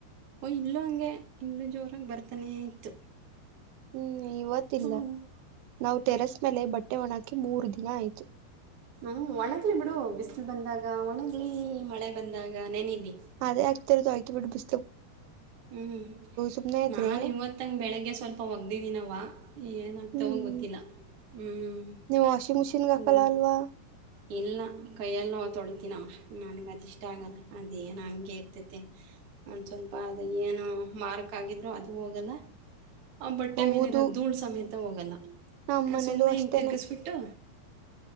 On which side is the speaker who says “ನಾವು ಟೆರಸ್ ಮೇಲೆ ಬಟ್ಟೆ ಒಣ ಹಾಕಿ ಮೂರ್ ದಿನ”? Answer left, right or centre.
Right